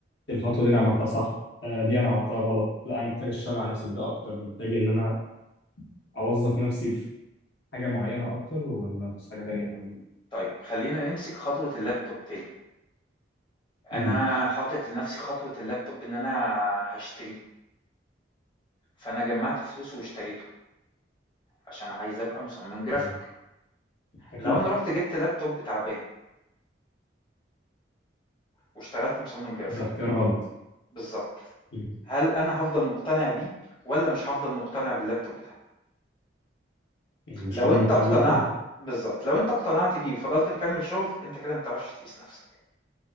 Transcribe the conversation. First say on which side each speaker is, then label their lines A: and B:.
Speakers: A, on the left; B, on the left.
A: الخطوه دي انا عملتها صح آه، دي انا عملتها غلط لا انا محتاج اشتغل على نفسي في ده اكتر محتاج ان انا اوظف نفسي في حاجه معينه اكتر ولا في حاجه تانيه تانية
B: طيب خلّينا نمسك خطوة اللابتوب تاني،
A: مهم.
B: أنا حاطط لنفسي خطوة اللابتوب إن أنا هاشتريه، فأنا جمّعت فلوسه واشتريته عشان عايز أبقى مصمم جرافيك،
A: تمام. اكيد
B: لو أنا رُحت جِبت لابتوب تعبان واشتغلت مصمم جرافيك
A: ده اختيار غلط
B: بالظبط
A: مهم.
B: هل انا هفضل مقتنع بيه ولا مش هفضل مقتنع باللابتوب ده
A: مش
B: لو
A: هفضل
B: انت
A: مقتنع
B: اقتنعت
A: بيه طبعا
B: بالظبط لو انت اقتنعت بيه وفضلت مكمل شغل انت كده ما بتعرفش تقيس نفسك